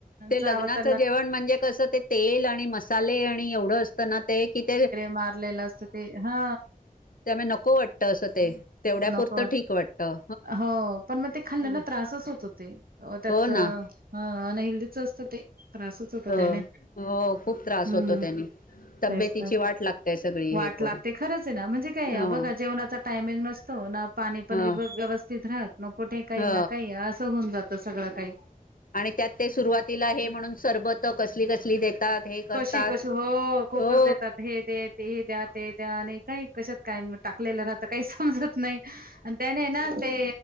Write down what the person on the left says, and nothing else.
ते
लग्नाचं
जेवण म्हणजे कसं, ते तेल आणि मसाले आणि एवढं असत ना ते की ते
त्यामुळे नको वाटतं असं ते तेवढ्यापुरतं
ठीक वाटतं
अ,
हो ना
हो
हो खूप त्रास
होतो त्यानी तब्येतीची
वाट लागतेय सगळी
हे करून
हो
ह
ह
आणि त्यात ते सुरुवातीला हे म्हणून सरबत कसली कसली देतात. हे करतात
हो